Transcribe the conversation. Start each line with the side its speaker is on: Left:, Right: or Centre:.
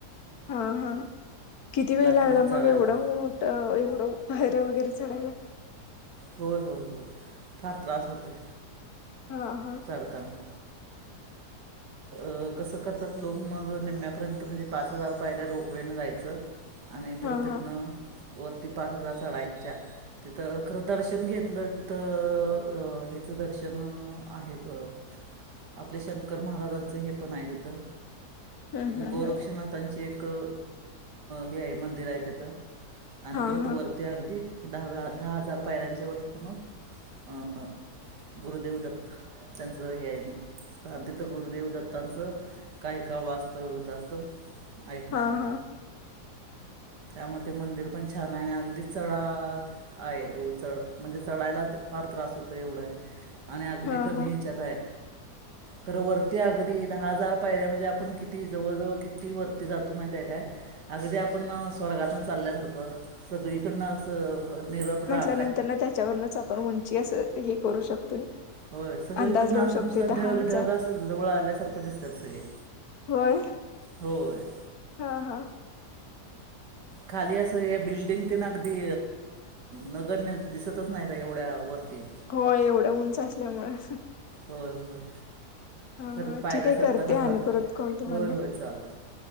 Left: हा हा किती वेळ लागला
Right: किंवा
Left: म
Right: चढायला
Left: एवढा मोठ ठ एवढं पायऱ्या वगरे चढायला.
Right: होय होय होय फार त्रास होतोय.
Left: हा हा.
Right: चढताना. अ कसं करतात लोक मग निम्यापर्यंत म्हणजे पाच हजार रोपवेन जायचं. आणि परत
Left: हा
Right: तिथनं
Left: हा
Right: वरती पाच हजार चढायच्या तिथं खरं दर्शन घेतलं तिथं हेचं दर्शन आहे ब आपले शंकर महाराजांचं हे पण हाय तिथं
Left: हम्म हम्म
Right: गोरक्षण
Left: हम्म
Right: नाथाची एक अ हे हाय मंदिर आहे तिथं आणि
Left: हा
Right: परत
Left: हा
Right: वरती अगदी दहव्या दहा हजार पायऱ्यांच्या वरती त मग अ अ गुरुदेव दत्त त्यांच हे हाय आणि तिथं गुरुदेव दत्तांचं काही काळ वास्तव्य होत असं ऐकण्यात
Left: हा
Right: हाय.
Left: हा
Right: त्यामुळे ते मंदिर पण छान आहे आणि अगदी चढ आहे. हो चढ म्हणजे चढायला फार त्रास होतोय एवढ हाय. आणि अगदी
Left: हा
Right: कमी
Left: हा
Right: हयाच्यात हाय. खरं वरती अगदी दहा हजार पायऱ्या म्हणजे आपण किती जवळजवळ किती वरती जातो माहितीेय काय अगदी आपण स्वर्गातन चालल्यासारखं सगळीकडनं असं निरभ्र आ
Left: नंतर न त्याच्यावरच आपण उंची अस हे करू शकतोय.
Right: होय सगळीकडनं
Left: अंदाज लावू
Right: असं
Left: शकतोय
Right: नुसत
Left: दहा
Right: ढग
Left: हजार
Right: ढग असं जवळ आल्यासारखं दिसत्यात सगळे
Left: होय
Right: होय.
Left: हा हा
Right: खाली असं हे बिल्डिंग ते न अगदी नगण्य दिसतच नाय एवढ्या वरती
Left: होय एवढ उंच असल्यामुंळ
Right: होय होय.
Left: हा
Right: खरंच
Left: हा
Right: पायऱ्या
Left: ठीक ये
Right: चढताना
Left: करते आणि
Right: फार
Left: परत कॉल तुम्हाना
Right: होय होय चालतं